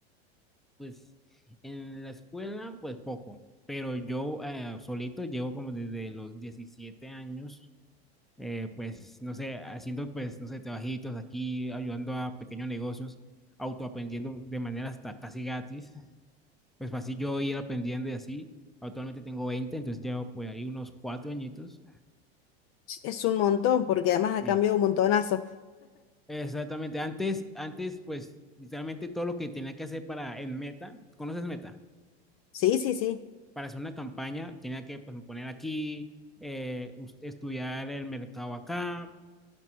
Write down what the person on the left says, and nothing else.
Ch- Es un montón, porque además ha
cambiado un montonazo.
Sí, sí, sí.